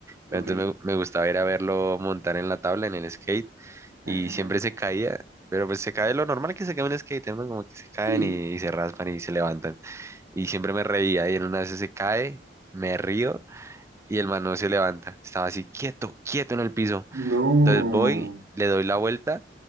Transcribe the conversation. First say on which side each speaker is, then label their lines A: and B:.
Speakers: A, on the right; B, on the right.
A: pero
B: ok.
A: entonces me, me gustaba ir a verlo montar en la tabla, en el skate,
B: Ajá.
A: y siempre se caía. Pero pues se cae lo normal que se cae un skate, ¿no? Como que se caen
B: Sí.
A: y, y se raspan y se levantan. Y siempre me reía y en una vez se cae, me río y el man no se levanta. Estaba así quieto, quieto en el piso.
B: No.
A: Entonces voy, le doy la vuelta